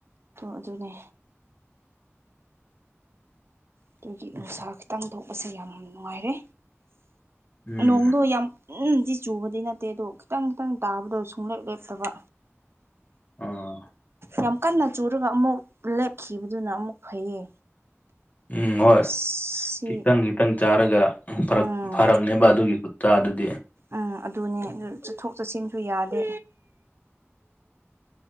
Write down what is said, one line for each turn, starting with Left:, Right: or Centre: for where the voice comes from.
Right: ꯑꯗꯨꯅꯦ ꯑꯗꯨꯒꯤ ꯅꯨꯡꯁꯥ ꯈꯤꯇꯪ ꯊꯣꯛꯄꯁꯦ ꯌꯥꯝ ꯅꯨꯡꯉꯥꯏꯔꯦ
Left: ꯎꯝ
Right: ꯅꯣꯡꯗꯣ ꯌꯥꯝ ꯎꯝ ꯗꯤ ꯆꯨꯕꯗꯤ ꯅꯠꯇꯦ ꯑꯗꯣ ꯈꯤꯇꯪ ꯈꯤꯇꯪ ꯇꯥꯕꯗꯣ ꯁꯨꯡꯂꯦꯞ ꯂꯦꯞꯇꯕ꯫
Left: ꯑꯥ
Right: ꯌꯥꯝ ꯀꯟꯅ ꯆꯨꯔꯒ ꯑꯃꯨꯛ ꯂꯦꯞꯈꯤꯕꯗꯨꯅ ꯑꯃꯨꯛ ꯐꯩꯌꯦ꯫
Left: ꯎꯝ ꯍꯣꯏ
Right: ꯑꯁ ꯁꯤ
Left: ꯈꯤꯇꯪ ꯈꯤꯇꯪ ꯆꯥꯔꯒꯛ
Right: ꯎꯝ
Left: ꯐꯔꯛꯅꯦꯕ ꯑꯗꯨꯒꯤ ꯆꯥ ꯑꯗꯨꯗꯤ
Right: ꯎꯝ ꯑꯗꯨꯅꯦ ꯑꯗꯨ ꯆꯠꯊꯣꯛ ꯆꯠꯁꯤꯟꯁꯨ ꯌꯥꯗꯦ꯫